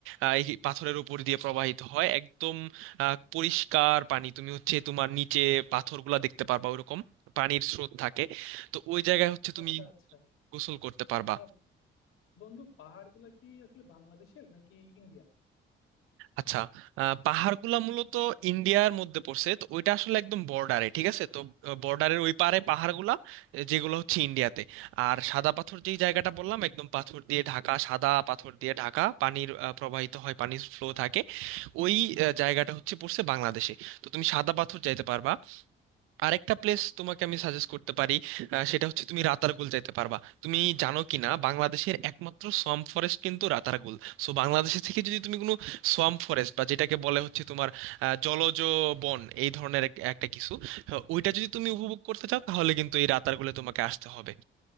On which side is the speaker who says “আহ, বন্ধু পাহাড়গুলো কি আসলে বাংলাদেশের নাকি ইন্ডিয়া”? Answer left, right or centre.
Left